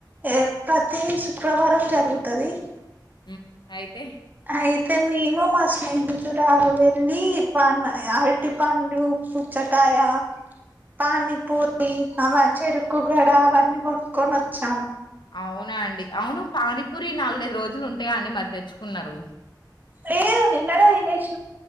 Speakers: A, on the right; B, on the left.
A: ఏ ప్రతి శుక్రవారం జరుగుతది
B: ఉమ్ అయితే
A: అయితే మేము మా స్నేహితురాలు వెళ్ళి <unintelligible> అరటి పండు పుచ్చకాయ పానీపూరి అవ చెరుకుగడ అవన్నీ కొట్టుకొని వచ్చ్
B: అవునా అండి అవును పానీపూరి నాలుగైదు రోజులు ఉంటాయా అండి మరి తెచ్చుకున్నారు
A: లేదు నిన్ననే తినేష్